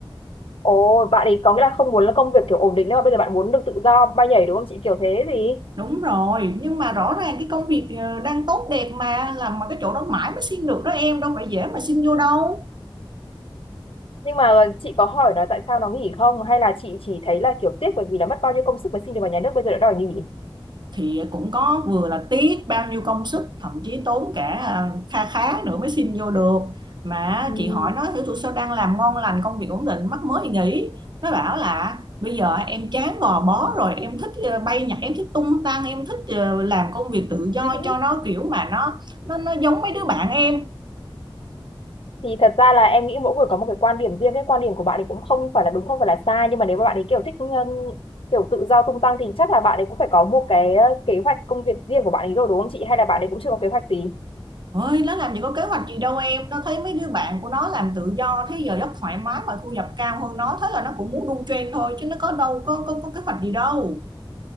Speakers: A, on the left; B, on the right.
A: Ồ, bạn ấy có nghĩa là không muốn là công việc kiểu ổn định nữa mà bây giờ bạn muốn được tự do bay nhảy đúng không chị? Kiểu thế gì?
B: Đúng rồi, nhưng mà rõ ràng cái công việc ờ, đang tốt đẹp mà, làm mà cái chỗ đó mãi mới xin được đó em, đâu phải dễ mà xin vô đâu.
A: Nhưng mà chị có hỏi nó tại sao nó nghỉ không? Hay là chị chỉ thấy là kiểu tiếc bởi vì là mất bao nhiêu công sức mới xin được vào nhà nước bây giờ đã đòi nghỉ?
B: thì cũng có vừa là tiếc bao nhiêu công sức thậm chí tốn cả à, kha khá nữa mới xin vô được mà
A: Ừ.
B: chị hỏi nó thử tụi sao đang làm ngon lành công việc ổn định mắc mới nghỉ nó bảo là bây giờ em chán gò bó rồi em thích ờ, bay nhảy em thích tung tăng em thích ờ, làm công việc tự do
A: <laughs>
B: cho nó kiểu mà nó nó nó giống mấy đứa bạn em
A: Thì thật ra là em nghĩ mỗi người có một cái quan điểm riêng, cái quan điểm của bạn ấy cũng không phải là đúng không phải là sai nhưng mà nếu mà bạn ấy kiểu thích um, kiểu tự do tung tăng thì chắc là bạn ấy cũng phải có một cái uh, kế hoạch công việc riêng của bạn ấy rồi đúng không chị? Hay là bạn ấy cũng chưa có kế hoạch gì?
B: ơi nó làm gì có kế hoạch gì đâu em nó thấy mấy đứa bạn của nó làm tự do thế giờ giấc thoải mái và thu nhập cao hơn nó thế là nó cũng muốn đu trend thôi chứ nó có đâu có có, có kế hoạch gì đâu